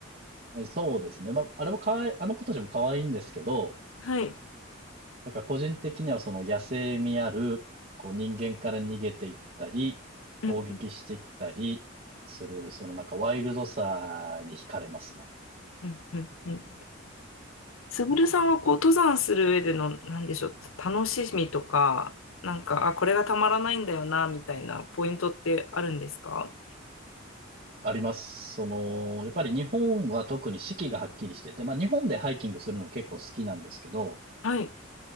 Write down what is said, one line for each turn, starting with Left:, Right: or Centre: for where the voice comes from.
Right: た。え、そうですね。まあ、あれもかわいあの子たちも可愛いんですけど、
Left: はい。
Right: なんか個人的にはその野生味ある、こう人間から逃げていったり、攻撃してきたりする、
Left: うんうん
Right: そのなんかワイルドさに惹かれますね。
Left: うんうんうん。すぐるさんはこう登山する上での、なんでしょう、楽しみとか、なんか、あ、これがたまらないんだよな、みたいなポイントってあるんですか
Right: あります。その、やっぱり日本は特に四季がはっきりしてて、ま、日本でハイキングするの結構好きなんですけど、
Left: はい。